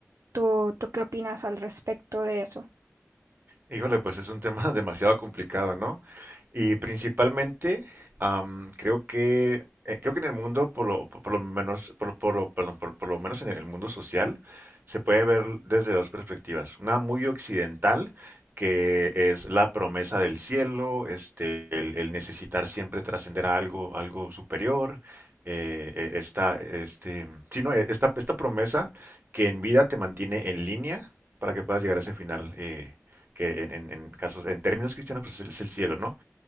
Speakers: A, on the right; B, on the right.
A: ¿Tú, tú qué opinas al respecto de eso?
B: Híjole, pues es un tema <laughs> demasiado complicado, ¿no? Y principalmente, am, creo que eh, creo que en el mundo, por lo, por lo menos, por lo, por lo- perdón, por, por lo menos en el mundo social, se puede ver desde dos perspectivas. Una muy occidental, que es la promesa del cielo, este, el, el necesitar siempre trascender a algo, algo superior. eh, eh, esta, este, sí, no, eh, esta, esta promesa que en vida te mantiene en línea para que puedas llegar a ese final. eh, que en, en- en casos, en términos cristianos, pues es el, cielo, ¿no?